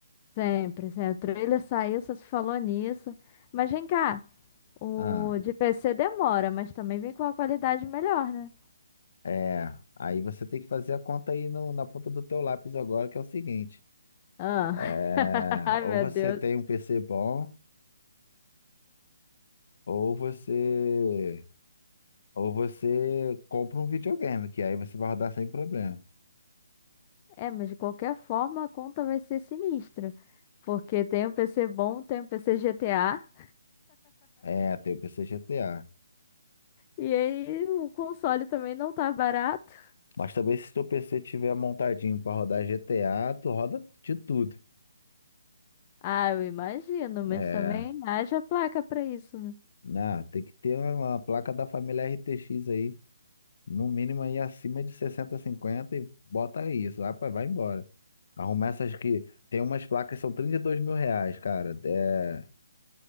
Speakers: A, on the left; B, on the left.
A: sempre, sempre. O trailer saiu, só se falou nisso. Mas vem cá, o
B: Ah,
A: de PC demora, mas também vem com uma qualidade melhor, né?
B: é. Aí você tem que fazer a conta aí no- na ponta do teu lápis agora, que é o seguinte.
A: Ah.
B: É,
A: <laughs> Ai,
B: ou
A: meu
B: você
A: Deus.
B: tem um PC bom, ou você ou você compra um videogame, que aí você vai rodar sem problema.
A: É, mas de qualquer forma a conta vai ser sinistra. Porque tem o PC bom, tem o PC GTA.
B: É, tem o PC GTA.
A: E aí o console também não tá barato.
B: Mas também se teu PC tiver montadinho pra rodar GTA, tu roda de tudo.
A: Ah, eu imagino, mas
B: É,
A: também haja placa pra isso, né?
B: né? Tem que ter uma uma placa da família RTX aí No mínimo aí acima de 60, 50 e bota isso. Ah, pá, vai embora. Arrumar essas que. Tem umas placas que são trinta e dois mil reais, cara. É,